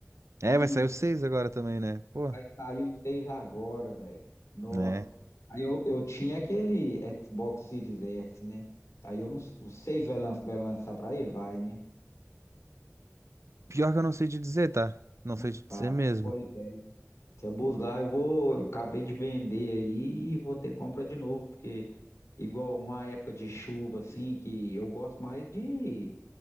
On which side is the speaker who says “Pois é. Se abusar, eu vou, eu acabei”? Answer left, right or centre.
Left